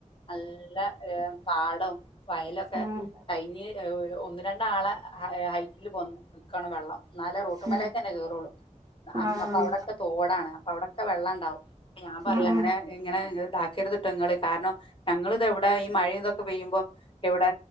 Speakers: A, on the left; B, on the right.
A: നല്ല പാടം. വയലൊക്കെ
B: ആഹ്
A: കഴിഞ് ഒന്ന് രണ്ടാളെ ഹൈറ്റിൽ പോ. ക്കാണ് വെള്ളം നാല റോട്ടുമലേക്കന്നെ
B: ആഹ്
A: കേറുള്ളൂ. അങ്
B: ആഹ്
A: അപ്പൊ അവിടെക്കെ തോടാണ് അപ്പൊ അവിടെക്കെ വെള്ളണ്ടാവും ഹ് ഞാൻ പറയാ
B: ആഹ് ആഹ്
A: അങ്ങനെ. ഇങ്ങനെ ഹ് ഇതാക്കര്ത്ട്ടൊ ങ്ങള് കാരണം ഞങ്ങള്തെവിടെ ഈ മഴീ തൊക്കെ പെയ്യുമ്പോ. എവിടെ